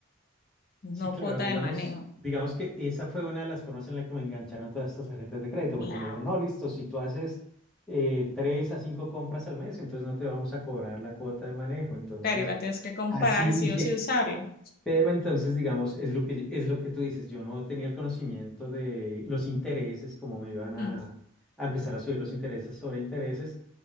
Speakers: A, on the left; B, in the centre.
A: no
B: Sí, claro,
A: cuota
B: digamos,
A: de manejo.
B: digamos que esa fue una de las formas en la que me engancharon todas estas tarjetas de crédito, porque
A: Claro,
B: me dijeron, no, listo, si tú haces eh, tres a cinco compras al mes, entonces no te vamos a cobrar la cuota de manejo. Entonces,
A: Claro, igual tienes que comparar
B: así inicié.
A: si o sí usarla.
B: Pero entonces, digamos, es lo que, es lo que tú dices, yo no tenía el conocimiento de los intereses, cómo me iban a,
A: Mm,
B: a empezar a subir los intereses sobre intereses.